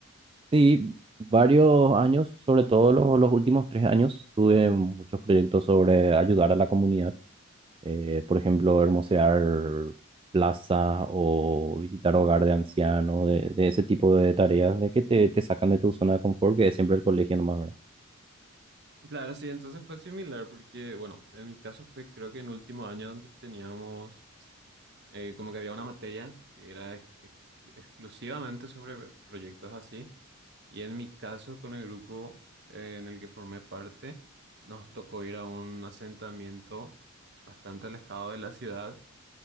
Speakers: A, on the right; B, on the right.
A: Sí, varios años, sobre todo los, los últimos tres años, tuve muchos proyectos sobre ayudar a la comunidad. eh, por ejemplo, hermosear plazas o visitar hogar de ancianos, de, de ese tipo de tareas, de que te, te sacan de tu zona de confort, que es siempre el colegio nomás, ¿verdad?
B: Claro, sí, entonces fue similar porque, bueno, en mi caso fue creo que en último año donde teníamos eh, como que había una materia que era ex- ex- exclusivamente sobre proyectos así. Y en mi caso, con el grupo eh, en el que formé parte, nos tocó ir a un asentamiento bastante alejado de la ciudad